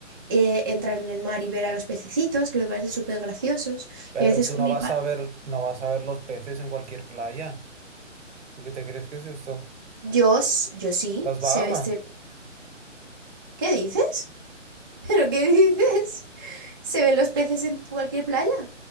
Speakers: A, on the right; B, on the right.
A: eh, entrar en el mar y ver a los pececitos, que me parecen súper graciosos.
B: Pero
A: Y a veces
B: tú
A: con
B: no
A: mi
B: vas
A: pa...
B: a ver, no vas a ver los peces en cualquier playa. ¿Tú qué te crees que es esto?
A: Yo, s- yo sí,
B: ¿Las
A: se
B: Bahamas?
A: ve, se- ¿Qué dices? <laughs> ¿Pero qué dices? ¿Se ven los peces en cualquier playa?